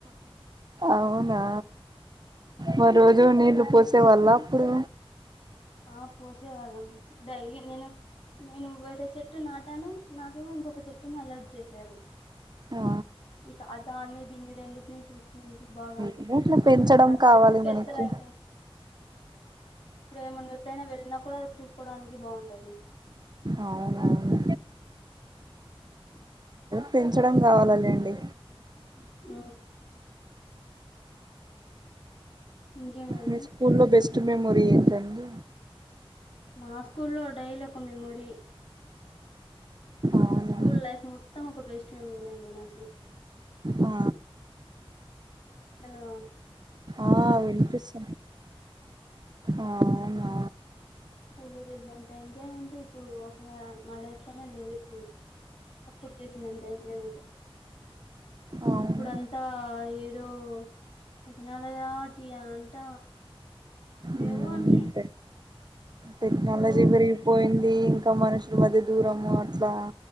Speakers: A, on the right; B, on the left.
A: అవునా
B: మ్మ్
A: మరి రోజు నీళ్లు పోసి పొసే వాళ్ళ అప్పుడు
B: ఆ పోసేవాళ్ళం డైలీ నేను నేను వేరే చెట్టు నాటాను నాకేమో ఇంకొక చెట్టుని అలర్ట్ చేసారు
A: ఆ
B: ఇక అ దాన్ని దీని రెండింటినీ చూసుకుంటూ బాగా
A: ఏదో అట్లా పెంచడం
B: అది నాకు
A: కావాలి
B: తెలిసి పెద్దదాగాయే
A: మనకి
B: ఉంటా అయితే మనం ఎప్పుడైనా వెళ్ళిన కూడ చసుకోడానికి బాగుంటది
A: అవునవును పెంచడం కావాలలేండి
B: ఊ ఇంకేమిటండి
A: మీ స్కూల్లో బెస్ట్ మెమొరీ ఏంటండి
B: మా స్కూల్లో డైలీ ఒక మెమొరీ
A: అవునా
B: మా స్కూల్ లైఫ్ మొత్తం ఒక బెస్ట్ మెమోరీ అండి నాకి
A: ఆ
B: హలో
A: ఆ వినిపిస్త అవునువునువును
B: స్కూ లో చేసినంత ఎంజాయ్మెంట్ ఇప్పుడు అస మా లైఫ్ లోనే లేదు ఇప్పుడు అప్పుడు చేసినంత ఎంజాయ్మెంట్
A: అవును
B: ఇప్పుడంతా ఏదో టెక్నాలజీ అంట
A: ఉమ్
B: ఏవో అన్ని
A: టెక్నాలజీ
B: చెప్తూ ఉంటారు
A: పెరిగిపోయింది మనుష మధ దూర అ అట్లా